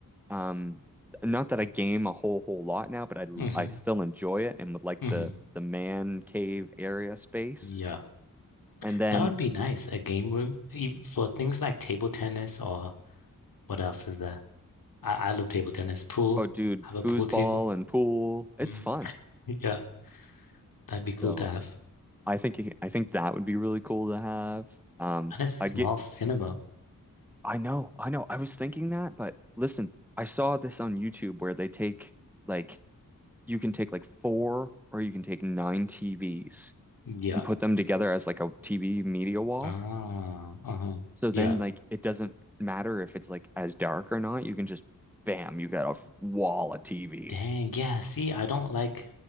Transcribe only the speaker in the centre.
Um, not that I game a whole whole lot now, but I
I still enjoy it and would like
the the man cave area space.
And then,
oh dude,
foosball
and pool, it's
fun.
So.
I think he- I think that would be really cool to have. Um,
I'd get
I know, I know. I was thinking that, but listen, I saw this on YouTube where they take like you can take like four or you can take nine TVs
and put them together as like a TV media wall.
So then
like it doesn't matter if it's like as dark or not. You can just bam, you got a f- wall of TV.